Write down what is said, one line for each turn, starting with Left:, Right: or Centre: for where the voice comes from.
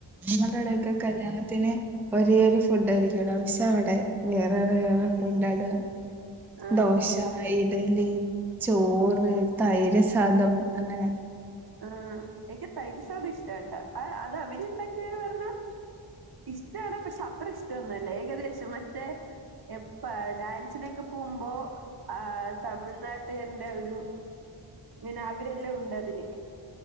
Centre: നമ്മടെ ഇടെക്കെ കല്യാണത്തിന് ഒരേ ഒരു ഫുഡ് ആയിരിക്കാേല്ലോ പക്ഷെ അവടെ വേറെ വേറെ ഫുഡാ ടാ
Right: ആ
Centre: ദോശ ഇഡലി ചോറ് തൈര്സാദം അങ്ങനെ
Right: ആഹ് എൻക്ക് തൈര്സാധ് ഇഷ്ട്ടാട്ടോ അഅ് അത് അവര്ണ്ടാക്ക്ണാർന്ന ഇഷ്ട്ടാണ് പക്ഷെ അത്ര ഇഷ്ടന്നൊല്ല ഏകദേശം മറ്റേ എപ്പ ഡാൻസിനൊക്കെ പോവുമ്പോ ആ തമിഴ്നാട്ട് ട്ടെന്റെഒരു ഇങ്ങനെ അവ് രെല്ലാം ഉണ്ട് അതില്